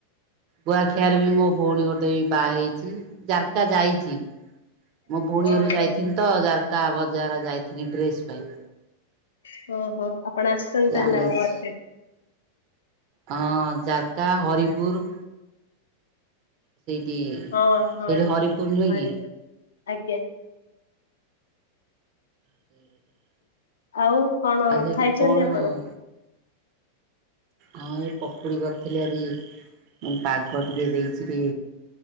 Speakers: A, on the right; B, on the left.
A: ଗୁଆଖିଆରେ ବି ମୋ ଭଉଣୀ ଗୋଟେ ବି ବାହା ହେଇଛି ଜାର୍କା ଯାଇଛି। ମୋ ଭଉଣୀ
B: ଓହୋ
A: ଘରୁକୁ ଯାଇଥଥିନି ତ ଜାର୍କା ବଜାର ଯାଇଥିନି ଡ୍ରେସ୍ ପାଇଁ।
B: ହଁ ହୋ ଆପଣ ଆସିଛନ୍ତି
A: ଜାଣିଛି।
B: ତାହେଲେ ଅମ ମାର୍କେଟ
A: ହଁ ଜାର୍କା ହରିପୁର ସେଇଠି
B: ହଁ ହଁ
A: ସେଇଠି
B: ହରିପୁରୁ
A: ହରିପୁର ନୁହେଁ କି
B: ଆଜ୍ଞା।
A: <unintelligible>
B: ଆଉ କଣ
A: ଆଉ ସେଇଠି
B: ଖାଇଛନ୍ତି
A: କଣ
B: ଆପଣ?
A: ହଁ ହଁ ଏଇ ପକୁଡ଼ି କରିଥିଲି ଆଜି ମୁଁ ପାଗ ଟିକେ ଦେଇଛି ଆଜି